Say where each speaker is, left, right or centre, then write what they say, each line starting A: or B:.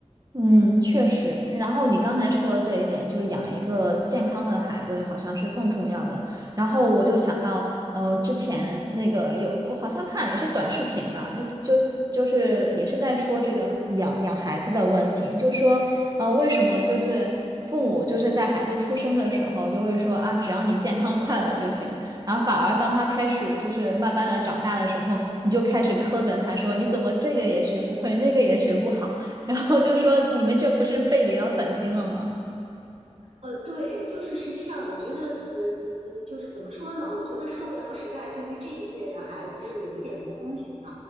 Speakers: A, on the right; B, on the right.
A: 嗯，确实。然后你刚才说的这一点，就是养一个健康的孩子好像是更重要的。然后我就想到，嗯、之前那个有，我好像看也是短视频吧，就就就是也是在说这个养养孩子的问题，
B: 嗯。
A: 就说，呃，为什么就是父母就是在孩子出生的时候就会说啊，只要你健康快乐就行，然后反而当他开始就是慢慢的长大的时候，你就开始苛责他说，你怎么这个也学不会，那个也学不好。然后就说你们这不是背离了本心了吗？
B: 呃，对，就是实际上，我觉得，呃呃，就是怎么说呢？我觉得社会和时代对于这一届的孩子是有一点不公平的，